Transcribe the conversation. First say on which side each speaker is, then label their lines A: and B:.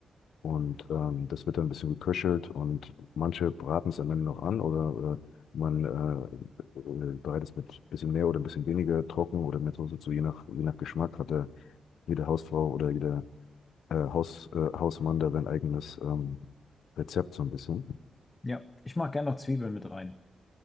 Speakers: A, on the left; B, on the left.
A: Und ähm, das wird dann ein bisschen geköchelt und manche braten es am Ende noch an oder äh, man äh, äh, bereitet es mit ein bisschen mehr oder ein bisschen weniger trocken oder mit Soße zu, je nach, je nach Geschmack hat da jede Hausfrau oder jeder äh, Haus, äh, Hausmann da sein eigenes ähm, Rezept so ein bisschen.
B: Ja. Ich mache gerne noch Zwiebeln mit rein.